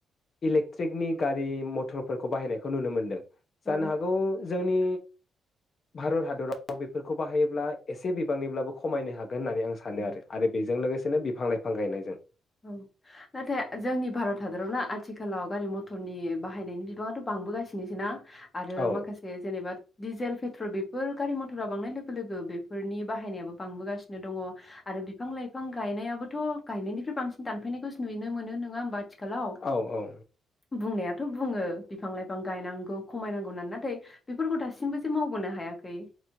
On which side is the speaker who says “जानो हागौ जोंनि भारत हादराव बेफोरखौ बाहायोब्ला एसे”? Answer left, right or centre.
Left